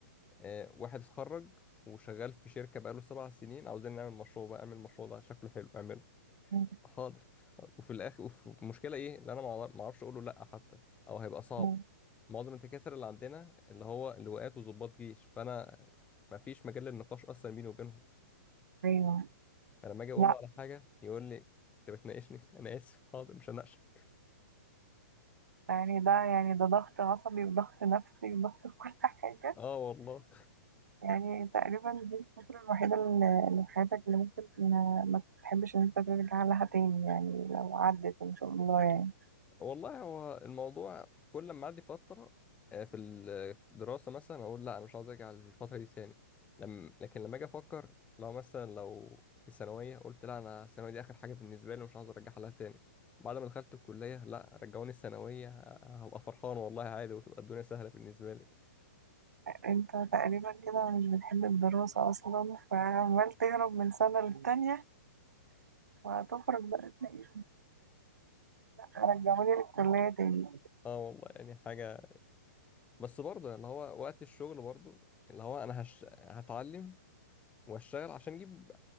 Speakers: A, on the left; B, on the right.
A: آه واحد اتخرج وشغال في شركة بقاله سبع سنين عاوزين نعمل مشروع بقى اعمل المشروع ده شكله حلو اعمله
B: مم.
A: حاضر حاضر. وفي الاخر وفي المشكله ايه اللي انا ما أعرف- ما اعرفش اقوله لا حتى او هيبقى صعب
B: مم.
A: معظم الدكاتره اللي عندنا اللي هو لواءات وضباط جيش فانا ما فيش مجال للنقاش اصلا بيني وبينهم
B: ايوه
A: فلما اجي اقول
B: لا
A: له على حاجه يقول لي انت بتناقشني <laughs> انا اسف حاضر مش هناقشك
B: يعني ده يعني ده ضغط عصبي وضغط نفسي وضغط <laughs> في كل حاجه
A: اه والله
B: يعني تقريبا دي الفتره الوحيده اللي اللي في حياتك اللي ممكن ما ما تحبش ان انت ترجع لها تاني يعني لو عدت ان شاء الله يعني
A: والله هو الموضوع كل ما اعدي فتره آه، في الدراسه مثلا اقول لا انا مش عاوز ارجع للفتره دي تاني لم... لكن لما اجي افكر لو مثلا لو في ثانويه قلت لا انا الثانويه دي اخر حاجه بالنسبه لي ومش عاوز ارجعها لها تاني بعد ما دخلت الكليه لا رجعوني الثانويه ه- هبقى فرحان والله عادي وتبقى الدنيا سهله بالنسبه لي
B: انت تقريبا كده مش بتحب الدراسه اصلا فعمال تهرب من سنه للتانيه وهتخرج بقى تلاقي رجعوني للكليه تاني
A: اه والله يعني حاجه بس برضه اللي هو وقت الشغل برضه اللي هو انا هش... هتعلم واشتغل عشان اجيب